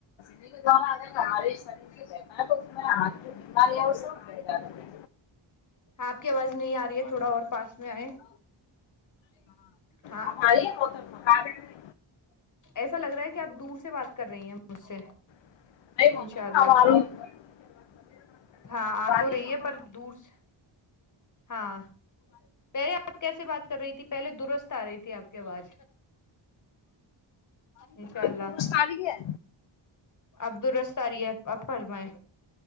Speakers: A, on the left; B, on the left.
A: کے ا ہمارے شریر سے رہتا ہے تو ہاتھ <inaudible>
B: اپ کی اواز نہیں آ رہی ہے تھوڑا اور پاس میں آئے ہاں
A: ہماری محترمہ
B: ایسا لگ رہا ہے کہ آپ دور سے سے بات کر رہی ہیں مجھ سے
A: <unintelligible>
B: انشاء اللہ ہاں
A: ہماری
B: آ تو رہی ہے پر دور سے ہاں پہے آپ کیسے بات رہی تھی پہلے درست آ رہی تھی آپ کی آواز انشاء
A: درست
B: اللہ
A: آ رہی ہے
B: عبد الرس سری ہے اپر میں